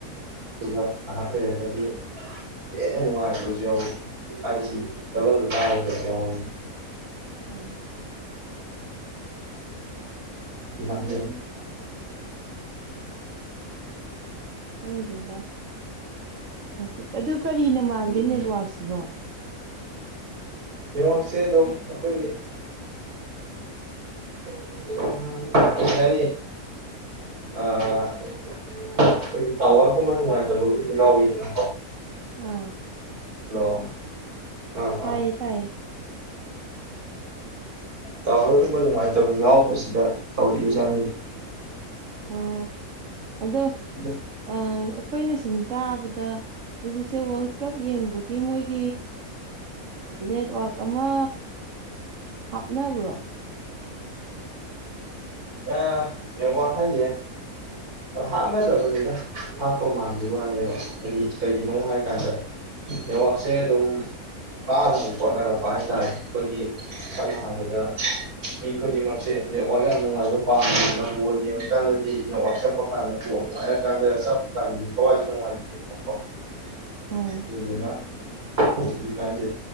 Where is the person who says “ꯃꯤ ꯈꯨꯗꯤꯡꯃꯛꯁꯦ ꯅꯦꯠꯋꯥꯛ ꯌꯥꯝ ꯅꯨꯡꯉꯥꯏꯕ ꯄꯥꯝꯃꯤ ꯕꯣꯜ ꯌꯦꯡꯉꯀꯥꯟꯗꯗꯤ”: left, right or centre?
Right